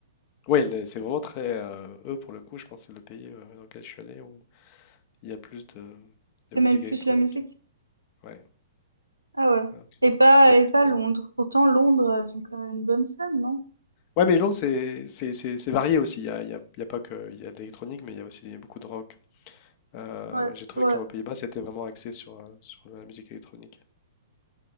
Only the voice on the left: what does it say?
Ouais, le- c'est vraiment très, euh, eux pour le coup, je pense que c'est le pays euh, dans lequel je suis allé où il y a plus de, de
musique
électronique.
Ouais.
ouais.
Votre
totem.
Ouais, mais Londres, c'est c'est- c'est- c'est varié aussi. Il y a, il y a- il y a pas que il y a de l'électronique, mais il y a aussi beaucoup de rock. Euh,
j'ai
trouvé
qu'aux Pays-Bas, c'était vraiment axé sur, euh, sur la musique électronique.